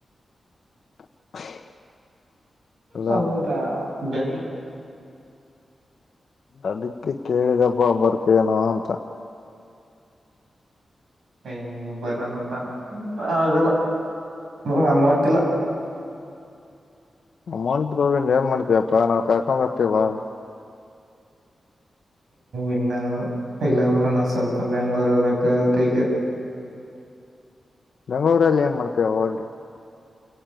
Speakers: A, on the left; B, on the right.
A: <inaudible> ಎಲ್ಲ
B: ಹೌದಾ ಬ್ಯಾಂಗ
A: ಅದಕ್ಕೆ ಕೇಳಿದಪ್ಪ ಬರ್ತೇನೋ ಅಂತ.
B: ಹ ಬರಲ್ಲ ತಾನ ಆಗಲ್ಲ ಹ ಅಮೌಂಟ್ ಇಲ್ಲ
A: ಅಮೌಂಟ್ ತೊಗೊಂಡ ಏನ್ ಮಾಡ್ತೀವಪ್ಪಾ ನಾವು ಕರ್ಕೊಂಡು ಹೋಗ್ತೀವಿ ಬಾ
B: ಇಲ್ಲ ಇಲ್ಲಣ ಸ್ವಲ್ಪ ಬೆಂಗಳೂರು ಬೇಕದಕ್ಕೆ.
A: ಬೆಂಗಳೂರಲ್ಲಿ ಏನ್ ಮಾಡ್ತೀಯಾ ಹೋಗಿ